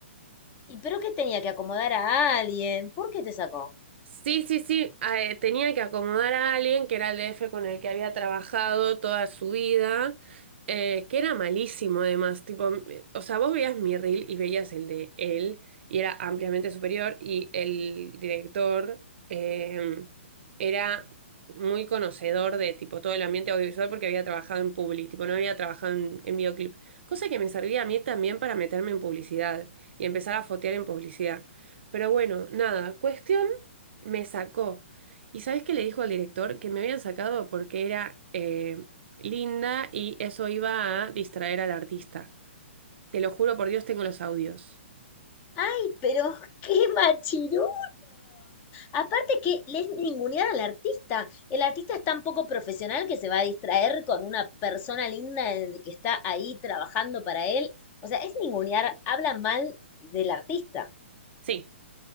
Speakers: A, on the left; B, on the right.
A: ¿Y pero que tenía que acomodar a alguien? ¿Por qué te sacó?
B: Sí, sí, sí, ah, eh, tenía que acomodar a alguien que era el DF con el que había trabajado toda su vida, eh, que era malísimo además, tipo, m- o sea, vos veías mi reel y veías el de él y era ampliamente superior y el director eh, era muy conocedor de tipo todo el ambiente audiovisual porque había trabajado en publi, tipo no había trabajado en, en videoclip, cosa que me servía a mí también para meterme en publicidad y empezar a fotear en publicidad. Pero bueno, nada, cuestión. Me sacó. ¿Y sabes qué le dijo al director? Que me habían sacado porque era eh, linda y eso iba a distraer al artista. Te lo juro por Dios, tengo los audios.
A: ¡Ay, pero <laughs> qué machirulos! Aparte que les ningunear al artista. El artista es tan poco profesional que se va a distraer con una persona linda de- que está ahí trabajando para él. O sea, es ningunear, habla mal del artista.
B: Sí,